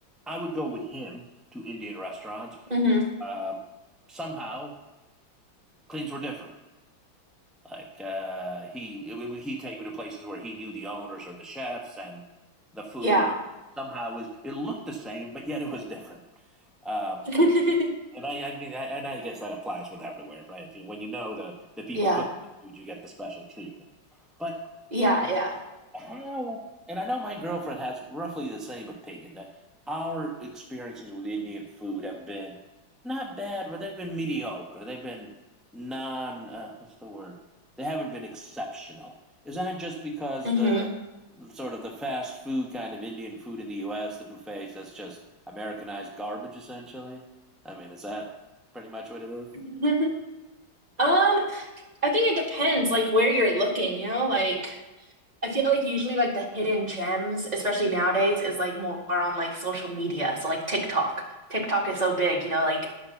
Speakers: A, in the centre; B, on the right (about 20°).
A: I would go with him to Indian restaurants,
B: hmm
A: um, somehow things were different. Like uh, he, when he'd take me to places where he knew the owners or the chefs, and the food
B: Yeah.
A: we somehow was it looked the same, but yet it was different. Um,
B: <laughs>
A: And I, I mean, I, and I guess that applies with everywhere, right? If you, when you know the, the people
B: Yeah.
A: cooking the food, you get the special treatment. But
B: Yeah, yeah.
A: how and I know my girlfriend has roughly the same opinion that our experiences with Indian food have been not bad, but they've been mediocre. They've been non uh, what's the word? They haven't been exceptional. Is that just because
B: hmm
A: the sort of the fast food kind of Indian food in the US, the buffets, that's just Americanized garbage essentially? I mean, is that pretty much what it is?
B: <laughs> Um, I think it depends like where you're looking, you know, like I feel like usually like the hidden gems, especially nowadays, is like more on like social media. So like TikTok. TikTok is so big, you know, like